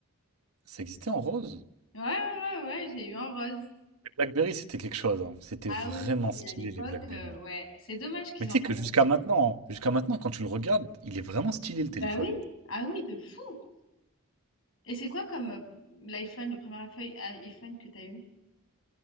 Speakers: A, on the right; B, on the left.
A: Ça existait en rose.
B: Ouais, ouais, ouais, je l'ai eu en rose.
A: Les BlackBerry, c'était quelque chose. hein. C'était
B: Ah
A: vraiment
B: oui, oui,
A: stylé,
B: et à l'époque,
A: les BlackBerry.
B: euh, ouais, c'est dommage qu'ils
A: Mais tu
B: en
A: sais
B: fassent
A: que jusqu'à
B: plus.
A: maintenant, hein, jusqu'à maintenant, quand tu le regardes, il est vraiment stylé, le téléphone.
B: Bah oui, ah oui, de fou. Et c'est quoi comme euh, l'iPhone, le premier iPhone iPhone que t'as eu?